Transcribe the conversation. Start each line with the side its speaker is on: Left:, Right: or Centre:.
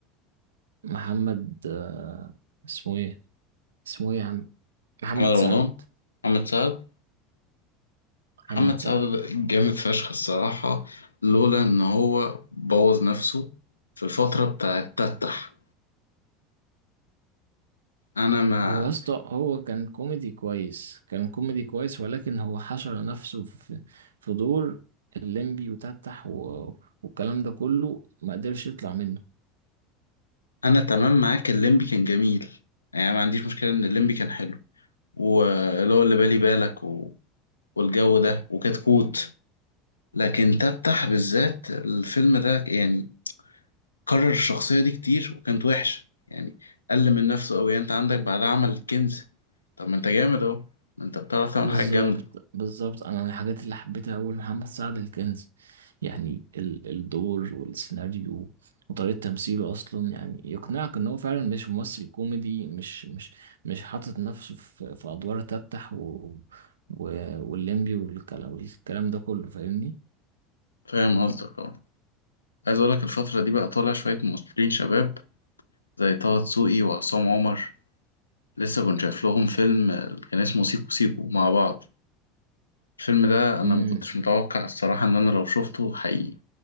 Right: محمد آه اسمه ايه اسمه ايه يا عم محمد
Left: محمد
Right: سعد
Left: رمضان محمد سعد
Right: محمد
Left: محمد سعد
Right: سعد
Left: ده جامد فشخ الصراحة لولا إن هو بوظ نفسه في الفترة بتاعت تتح أنا ما
Right: هو يا اسطى هو كان كوميدي كويس كان كوميدي كويس ولكن هو حشر نفسه في في دور الليمبي وتتح و- والكلام ده كله ما قدرش يطلع منه
Left: انا تمام معاك الليمبي كان جميل يعني ما عنديش مشكله ان الليمبي كان حلو واللي هو اللي بالي بالك و... والجو ده وكتكوت لكن تفتح بالذات الفيلم ده يعني كرر الشخصيه دي كتير وكانت وحشه يعني قل من نفسه قوي انت عندك بعد عمل الكنز طب ما انت جامد اهو ما انت بتعرف تعمل
Right: بالظبط
Left: حاجه جامده
Right: بالظبط انا الحاجات اللي حبيتها اول محمد سعد الكنز يعني ال- الدور والسيناريو وطريقة تمثيله اصلا يعني يقنعك ان هو فعلا مش ممثل كوميدي مش مش مش حاطط نفسه في, في ادوار تفتح و و- والليمبي والكلام والكلام ده كله فاهمني
Left: فاهم قصدك اه عايز اقول لك الفتره دي بقى طالع شويه ممثلين شباب زي طه دسوقي وعصام عمر لسه كنت شايف لهم فيلم كان اسمه سيكو سيكو مع بعض الفيلم ده انا
Right: امم
Left: ما كنتش متوقع الصراحة ان انا لو شفته حقيقي